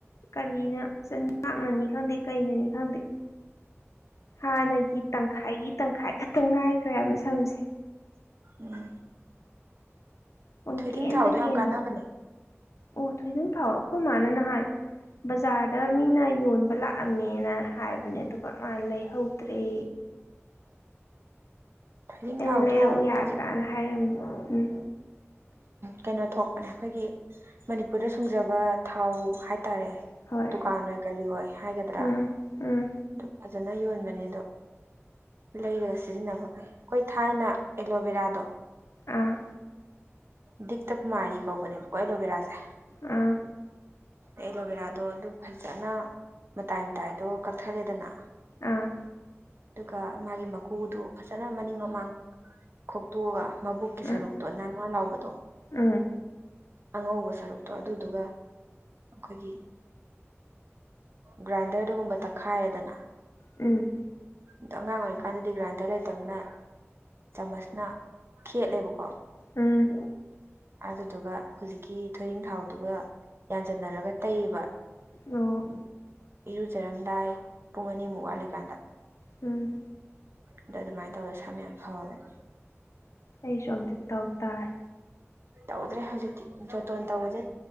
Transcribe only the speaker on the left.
ꯀꯔꯤꯅꯥꯛꯅꯅꯤ ꯈꯪꯗꯦ ꯀꯩꯅꯅꯤ ꯈꯪꯗꯦ ꯍꯥꯟꯅꯒꯤ ꯇꯪꯈꯥꯏꯒꯤ ꯇꯪꯈꯥꯏ ꯈꯛꯇ ꯉꯥꯏꯈ꯭ꯔꯦ ꯍꯥꯏꯕ ꯁꯝꯁꯦ
ꯄꯨꯡꯀꯦꯟꯗ
ꯀꯦꯟ
ꯑꯣ ꯊꯣꯏꯗꯣꯛ ꯊꯥꯎꯔꯣ ꯑꯩꯈꯣꯏ ꯃꯥꯅ ꯅꯍꯥꯟ ꯕꯖꯥꯔꯗ ꯃꯤꯅ ꯌꯣꯟꯕ ꯂꯥꯛ ꯂꯛꯑꯝꯃꯦꯅ ꯍꯥꯏꯕꯅꯦ ꯑꯗꯨꯒ ꯃꯥꯅ ꯂꯩꯍꯧꯗ꯭ꯔꯦ
ꯑꯩꯅ
ꯂꯩꯔꯛꯎ ꯌꯥꯗ꯭ꯔꯥꯅ
ꯍꯥꯏꯔꯝꯅꯤ ꯎꯝ
ꯍꯣꯏ
ꯎꯝ ꯎꯝ
ꯑꯥ
ꯑꯥ
ꯑꯥ
ꯎꯝ
ꯎꯝ
ꯎꯝ
ꯎꯝ
ꯑꯣ
ꯎꯝ
ꯑꯩꯁꯨ ꯑꯝꯇ ꯇꯧ ꯇꯥꯔꯦ